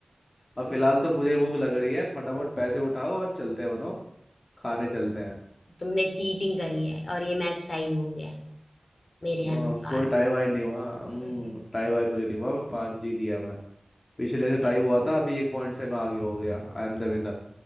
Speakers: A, on the left (about 45°); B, on the left (about 65°).
A: अब फिलहाल तो मुझे भूख लग रही है फटाफट पैसे उठाओ और चलते हैं बनो खाने चलते हैं
B: तुमने चीटिंग करी है और ये मैच टाई हो गया है, मेरे
A: को-
B: अनुसार
A: कोई टाई
B: <laughs>
A: वाई नहीं हुआ हम्म,
B: हम्म,
A: टाई वाई कुछ नहीं हुआ मैं पाँच जीत गया मैं पिछले से टाई
B: ठीक
A: हुआ था अभी एक पॉइंट से मैं आगे हो गया आई एम द विनर